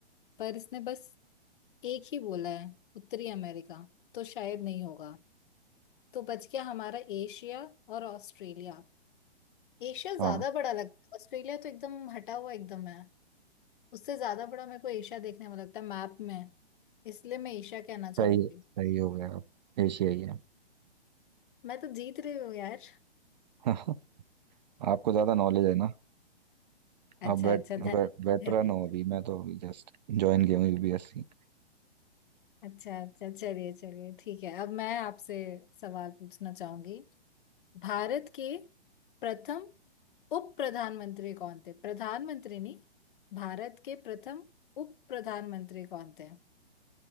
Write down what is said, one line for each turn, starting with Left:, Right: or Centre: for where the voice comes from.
Left: पर इसने बस एक ही बोला है उत्तरी अमेरिका तो शायद नहीं होगा तो बच गया हमारा एशिया और ऑस्ट्रेलिया एशिया ज्यादा
Right: हाँ
Left: बड़ा लगता है ऑस्ट्रेलिया तो एकदम हटा हुआ एकदम है उससे ज्यादा बड़ा मेरे को एशिया देखने में लगता है मैप में इसलिए मैं एशिया कहना चाहूंगी
Right: सही है सही हो गया आप एशियाई है
Left: मैं तो जीत रही हूँ यार
Right: <laughs> आपको ज्यादा नॉलेज है ना
Left: अच्छा
Right: आप वेट,
Left: अच्छा धन
Right: वेटरन
Left: धन्यवाद
Right: हो अभी मैं तो अभी जस्ट ज्वाइन किया हूँ यूपीएससी
Left: अच्छा अच्छा चलिए चलिए ठीक है अब मैं आपसे सवाल पूछना चाहूंगी भारत के प्रथम उप प्रधानमंत्री कौन थे प्रधानमंत्री नहीं भारत के प्रथम उप प्रधानमंत्री कौन थे